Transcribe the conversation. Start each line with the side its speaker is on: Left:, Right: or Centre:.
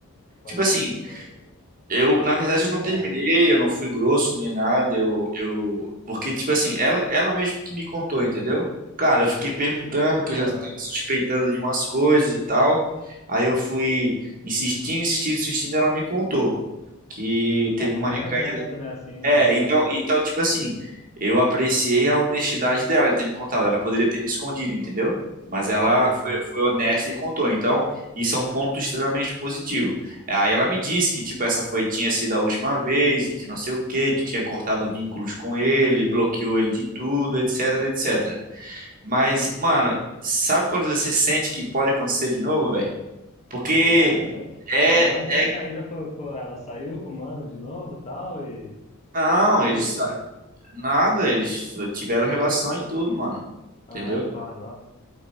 Left: Pode
Right: Tipo assim,
Left: crer, pode crer.
Right: Eu, na verdade, eu não terminei,
Left: É,
Right: eu não fui grosso nem nada, eu, eu... Porque, tipo assim, ela, ela mesmo que me contou, entendeu? Claro, eu fiquei perguntando, que
Left: aham.
Right: eu já estava suspeitando de umas coisas e tal. Aí eu fui insistindo, insistindo, insistindo, ela me contou que teve
Left: É, ficou
Right: uma recaída
Left: em aberto, né, assim
Right: é,
Left: e tal,
Right: então,
Left: é.
Right: então, tipo assim, eu apreciei a honestidade dela em ter me contado. Ela poderia ter me escondido, entendeu? Mas ela
Left: Sim, sim.
Right: foi, foi honesta e contou. Então, isso é um ponto extremamente positivo. Aí ela me disse que, tipo, essa foi, tinha sido a última vez e que não sei o quê, que tinha cortado vínculos com ele, bloqueou ele de tudo, etc, etc. Mas, mano, sabe quando você sente que pode acontecer de novo, velho? Porque
Left: Sim, é, meio foda.
Right: é,
Left: Mas a recaída
Right: é.
Left: foi, pô, ela saiu com o mano de novo e tal, e,
Right: Não,
Left: e é
Right: eles
Left: isso? E,
Right: Nada, eles tiveram relação e tudo, mano. Entendeu?
Left: ah, pá, nossa.